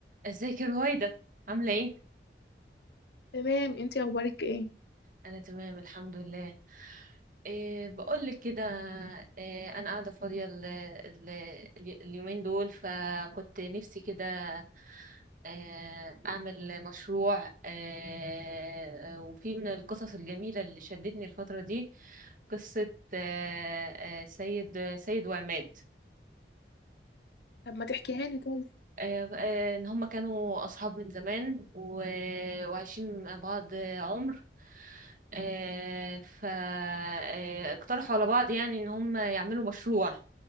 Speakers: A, on the right; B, on the left.
A: ازيك يا رويدة عاملة ايه؟
B: تمام انتي اخبارك ايه
A: انا تمام الحمد لله إيه بقول لك كده إيه انا قاعدة فاضية ال- ال- ال- اليومين دول فكنت نفسي كده آه، اعمل مشروع آه، وفي من القصص الجميلة اللي شدتني الفترة دي قصة آه، آه، سيد سيد وعماد
B: طب ما تحكيها لي طيب
A: آه، آه، ان هم كانوا اصحاب من زمان و... وعايشين مع بعض عمر آه، ف آه، اقترحوا على بعض يعني ان هم يعملوا مشروع